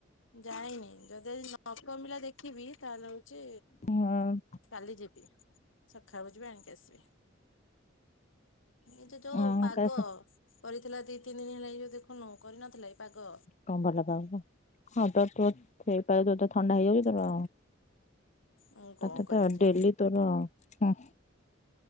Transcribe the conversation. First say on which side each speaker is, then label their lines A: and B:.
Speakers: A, on the left; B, on the left.
A: ଯାଇନି। ଯଦି ଆଜି ନକମିଲା ଦେଖିବି ତାହେଲେ ହଉଚି
B: ହଁ
A: କାଲି ଯିବି। ସକାଳୁ ଯିବି ଆଣିକି ଆସିବି। ଏଇତ ଯୋଉ
B: ଅ
A: ପାଗ
B: କଣ
A: କରିଥିଲା ଦିତିନି ଦିନି ହେଲାଣି ଏଯୋଉ ଦେଖୁନୁ କରିନଥିଲା ଏଇ ପାଗ।
B: କଣ ଭଲପାଗ ନୁହଁ ହଁ ତୋରତ ସେଇ ପାଗରେ ତତେ ଥଣ୍ଡା ହେଇଯାଉଚି ତୋର
A: ମୁଁ କଣ
B: ତତେତ
A: କରିବି ଯେ।
B: ଡେଲି ତୋର ହୁଁ